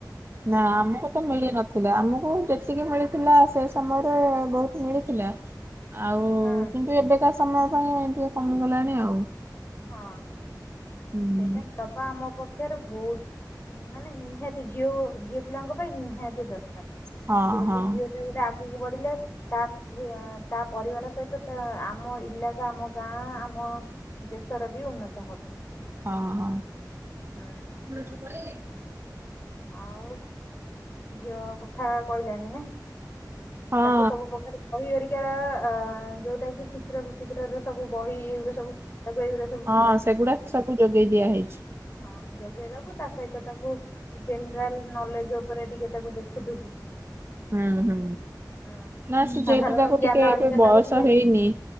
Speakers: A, on the right (about 35°); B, on the left (about 30°).
A: ନା ଆମକୁ ତ ମିଳି ନଥିଲା ଆମକୁ ଯେତିକି ମିଳି ଥିଲା ସେ ସମୟରେ ବହୁତ୍ ମିଳିଥିଲା ଆଉ।
B: ହୁଁ
A: କିନ୍ତୁ ଏବେକା ସମୟ ପାଇଁ ଟିକେ କମିଗଲାଣି ଆଉ।
B: ହଁ
A: ହୁଁ
B: ସେଇଟା ଦବା ଆମ ପ ଏହାର ବହୁତ ମାନେ ନିହାତି ଝିଓ ଝିଅ ପିଲାଙ୍କ ପାଇଁ ନିହାତି ଦରକାର।
A: ହଁ
B: ଯେହେତୁ
A: ହଁ
B: ଝିଅ ଟା ଗୋଟେ ଆଗୁକୁ ବଢିଲେ। ତା ତା ପରିବାର ସହିତ ଆମ ଇଲାକା ଆମ ଗାଁ ଆମ। ଦେଶର ବି ଉନ୍ନତ ହବ।
A: ହଁ ହଁ।
B: ହଁ।
A: <inaudible>
B: ଆଉ ଝିଅ କଥା କହିଲାଣି ନା?
A: ହଁ
B: ତାକୁ ସବୁ ପ୍ରକାର। ବହି ହରିକାର ଅ ଯୋଉଟା କି ଚିତ୍ର ବିଚିତ୍ର ର ସବୁ ବହି ଏଇଗୁଡା ସବୁ ତାକୁ ଏଇଗୁ
A: ହଁ ସେଗୁଡା ସବୁ ଯୋଗେଇ ଦିଆ ହେଇଛି।
B: ହଁ ଯୋଗେଇ ଦବୁ ତା ସହିତ ତାକୁ। ଜେନେରାଲ ନଲେଜ ଉପରେ ଟିକେ ତାକୁ ଦେଖୁଥିବୁ।
A: ହୁଁ ହୁଁ
B: ହୁଁ।
A: ନା ସେ
B: ସାଧାରଣ
A: ଯେହେତୁ ତାକୁ
B: ଜ୍ଞାନ
A: ଟିକେ
B: ହେରିକା
A: ଏବେ ବୟସ
B: ତାକୁ ଟିକେ
A: ହେଇନି।